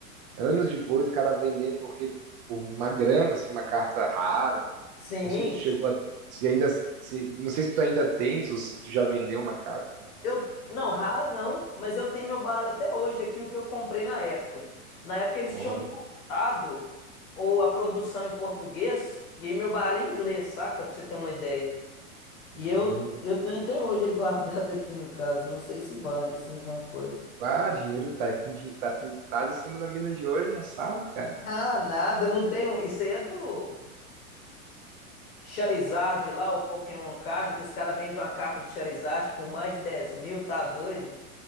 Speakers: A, on the right; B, on the left.
A: Anos depois, o cara vendendo porque por uma grana, assim, uma carta rara.
B: Sim,
A: Não sei se tu chegou a, se ainda, se, não sei se tu ainda tens ou se tu já vendeu uma carta, né, nessa.
B: Eu, não, rara não, mas eu tenho meu baralho até hoje aqui, o que eu comprei na época. Na época eles
A: Olha,
B: tinham cortado ou a produção em português e aí meu baralho é em inglês, saca? Pra você ter uma ideia. E
A: hum,
B: eu,
A: interessante.
B: eu tenho até hoje ele <laughs> guardado aqui no caso, não sei se vale assim alguma coisa.
A: Ah, dinheiro tá, tá, assim, tá em cima da mina de hoje, não sabe, cara.
B: Ah, nada, eu não tenho. Isso aí é do Charizard lá, o Pokémon Card, que os caras vendem uma carta do Charizard por mais de 10 mil, tá doido?